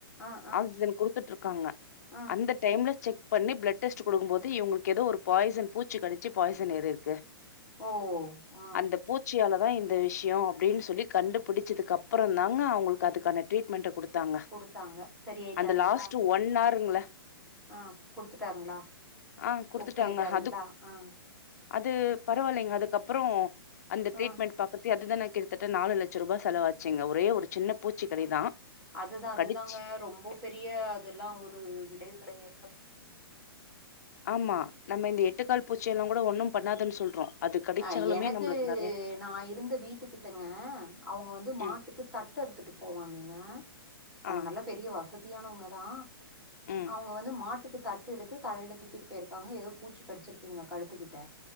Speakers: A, in the centre; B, on the left.
A: ஆ ஆ
B: ஆக்சிஜன் குடுத் துட்டு இருக்காங்க
A: ஆ
B: அந்த டைம்ல செக் பண்ணி பிளட் டெஸ்ட் குடுக்கும்போது இவுங்களுக்கு ஏதோ ஒரு பாய்சன் பூச்சி கடிச்சி பாய்சன் ஏறி இருக்கு
A: ஓ ஆ
B: அந்த பூச்சியால தா இந்த விஷயோ அப்டின் சொல்லி கண்டுபிடிச்சதுக்கு அப்பறந்தாங்க அவுங்களுக்கு அதுக்கான ட்ரீட்மெண்ட்ட குடுத்தாங்க
A: குடுத்தாங்க சரி ஆயிட்டாருங்களா
B: அந்த லாஸ்ட்டு ஒன் ஆர்ங்கள
A: ஆ குடுத்துட்டாங்களா
B: ஆ குடுத்துட்டாங்க
A: ஓகே ஆயிட்டாருங்களா
B: அது
A: ஆ
B: அது பரவாயில்லங்க அதுக்கப்பறோ அந்த
A: ஆ
B: ட்ரீட்மெண்ட் பாக்கர்தையே அது தா எனக்கு கிட்டதட்ட நாலு லட்ச ரூபா செவாச்சிங்க ஒரே ஒரு சின்ன பூச்சிக்கடி தா
A: அது தா அதுதாங்க
B: கடிச்சு
A: ரொம்ப பெரிய அதெல்லா ஒரு விளைவுகள ஏற்படுத்
B: ஆமா நம்ம இந்த எட்டுக்கால் பூச்சி எல்லா கூட ஒண்ணு பண்ணாதுன்னு சொல்றோ அது கடிச்சாலுமே
A: ஆ எனக்கு
B: நம்மளுக்கு நெறைய
A: நா இருந்த வீட்டுக்கிட்டங்க அவுங்க வந்து மாட்டுக்கு
B: ம்
A: தட்டு அறுத்துட்டு போவாங்கங்க அவுங்க
B: ஆ
A: நல்லா பெரிய வசதியானவங்க தா
B: ம்
A: அவங்க வந்து மாட்டுக்கு தட் டு எடுத்து தலயில தூக்கிட்டு போயிருக்காங்க ஏதோ பூச்சி கடிச்சிருக்குங்க கழுத்துக்கிட்ட